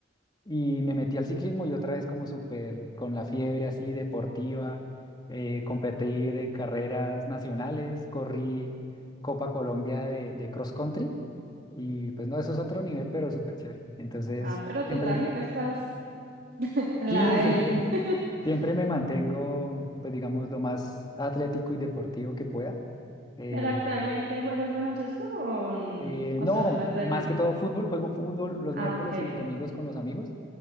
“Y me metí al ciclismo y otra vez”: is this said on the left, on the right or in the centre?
Left